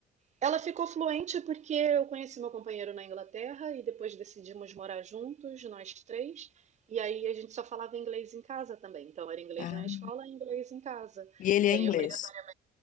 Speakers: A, on the right; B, on the left.
A: Ela ficou fluente porque eu conheci meu companheiro na Inglaterra e depois decidimos morar juntos, nós três. E aí a gente só falava inglês em casa também. Então era inglês
B: Ah,
A: na escola e inglês em casa.
B: e ele
A: E
B: é
A: aí,
B: inglês.
A: obrigatoriamente,